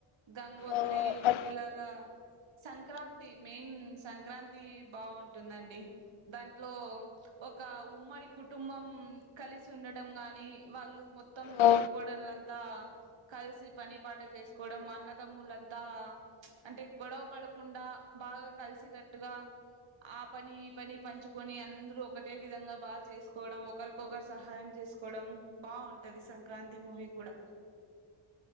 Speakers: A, on the right; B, on the left.
A: గంగోత్రి
B: ఆ ఆ
A: ఇలాగా సంక్రాంతి మెయిన్ సంక్రాంతి బావుంటుందండి దాంట్లో ఒక ఉమ్మడి కుటుంబం కలిసి ఉండడం గాని వాళ్ళు మొ త్తం తోడుకోడండ్లంతా
B: ఆ
A: కలిసి పని పాట చేసుకోవడం అన్నదమ్ములంతా అంటే గొడవ పడకుండా బాగా కలిసి కట్టుగా ఆ పని ఈ పని పంచుకొని అందరూ ఒకటే విధంగా బా చేసుకోవడం ఒకరికొకరు సహాయం చేసుకోవడం బావుం టది సంక్రాంతి మూవీ కూడా